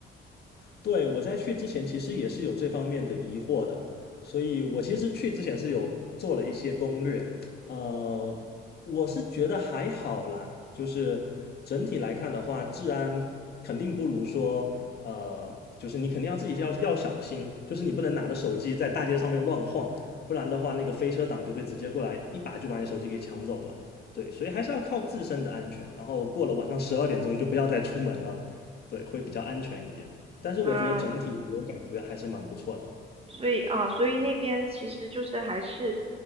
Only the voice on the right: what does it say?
啊？啊。所以啊，所以那边其实就是还是